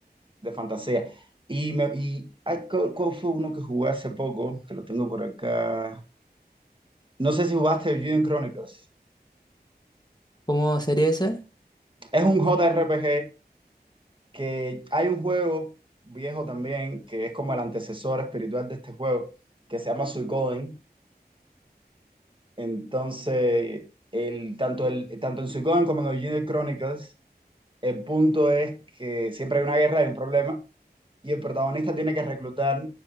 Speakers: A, on the right; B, on the left.
A: de fantasía. Y, me, y ay, ¿cuál, cuál fue uno que jugué hace poco? Que lo tengo por acá. No sé si jugaste Juden Chronicles.
B: cómo sería ese?
A: Es un JRPG que hay un juego viejo también, que es como el antecesor espiritual de este juego, que se llama Suikoden. Entonces, el, tanto, el, tanto en Suikoden como en Original Chronicles, el punto es que siempre hay una guerra, hay un problema, y el protagonista tiene que reclutar